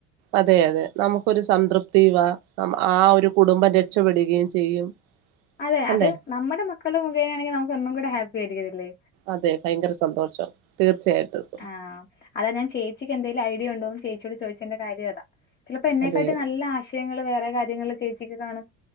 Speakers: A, on the right; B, on the left.
A: അതെ അതെ നമുക്കൊരു സംതൃപ്തിയുവ ആ ഒരു കുടുംബം രക്ഷപ്പെടുകയും ചെയ്യും.
B: അതെ
A: അല്ലെ
B: അത് നമ്മുടെ മക്കൾ മുഖേനാണെങ്കിൽ നമുക്ക് ഒന്നും കൂടെ ഹാപ്പി ആയിരിക്കുന്നല്ലേ
A: അതെ ഭയങ്കര സന്തോഷം തീർച്ചയായിട്ടും
B: ആഹ് അതാ ഞാൻ ചേച്ചിക്ക് എന്തേലും ഐഡിയുണ്ടോ ചേച്ചിയോട് ചോയ്ച്ചതിന്റെ കാര്യം അതാ ചിലപ്പോ എന്നെക്കാട്ടി
A: അതെ
B: നല്ല ആശയങ്ങളൾ വേറെ കാര്യങ്ങൾ ചേച്ചിക്ക് കാണും